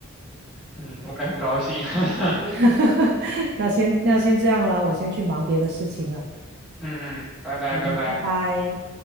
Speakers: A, in the centre; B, on the right.
A: 嗯，我也很高兴。<laughs>
B: <laughs> 那先那先这样啦，我先去忙别的事情了。
A: 嗯嗯，拜拜拜拜。
B: 好的，拜拜。